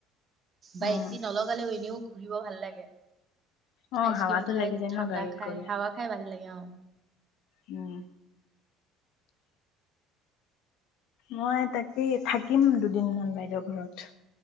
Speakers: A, on the right (about 35°); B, on the left (about 70°).
A: বা
B: উম
A: এচি নলগালেও, এনেও ঘূৰিব ভাল লাগে।
B: অ
A: আইচকিম
B: হাৱাতো
A: খায়,
B: লাগি যায়
A: ঠাণ্ডা
B: ন গাড়ীত
A: খায়,
B: গ'লে
A: হাৱা খায় ভাল লাগে অ।
B: উম। মই তাকেই থাকিম, দুদিনমান বাইদেউ ঘৰত।